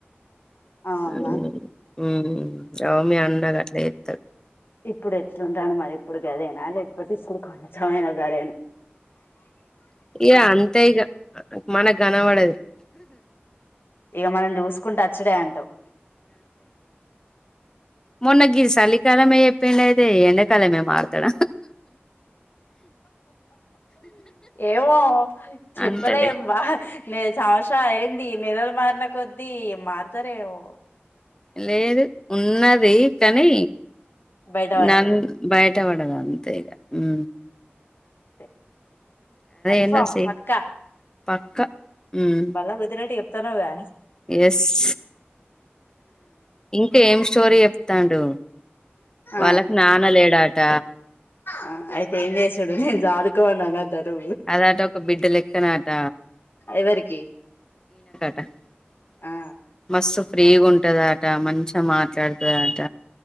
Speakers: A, on the left; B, on the left.
A: అవునా
B: <inaudible> ఉ రౌమి అండగ త
A: ఇప్పుడు ఎట్లుంటాను మరి ఇప్పుడు గదేనా లేకపోతే ఇప్పుడు కొంచెమైన జారేన
B: ఇగ అంతే ఇగ మనక్ కనపడదు.
A: ఇగ మనం చూసుకుంటా అచ్చుడే అంటావ్.
B: మొన్న గీ సలికాలమె చెప్పిండైతే ఎండాకాలమే మార్ తడ.
A: ఏమో చెప్పలేమ్
B: అంతలే
A: బ నే సంస్రాలు ఏందీ నిలలు మార్న కొద్దీ మారుతారేమో.
B: లేదు ఉన్నది కానీ
A: బయట పడతారు
B: నన్ బయ్ ట్ట వడదు అంతే ఇక, ఉ
A: తె ఆల్ఫా
B: ఎన్నో సి
A: పక్క
B: పక్క మ్
A: బల్ల గుద్దినట్టు చే ప్తనవుగా
B: ఎస్ ఇంకా ఏం స్టోరీ చెప్తాండు
A: ఆ
B: వాళ్ళకి నాన లేడాట
A: ఆ అయితే ఏం చేశాడు నేను చదుకోవాల చదు
B: అద ఆట ఒక బిడ్డ లెక్కనాట
A: ఎవరికి
B: <inaudible>
A: ఆ
B: మస్తు ఫ్రీగా ఉంటదాట మంచి మాట్లాడుతట